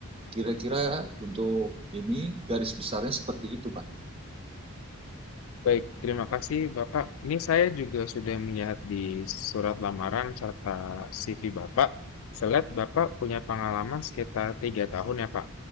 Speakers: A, on the right; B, on the left.
A: Kira-kira untuk ini garis besarnya seperti itu, Pak.
B: Baik, terima kasih Bapak. Ini saya juga sudah melihat di surat lamaran serta CV Bapak. Saya lihat Bapak punya pengalaman sekitar tiga tahun ya Pak.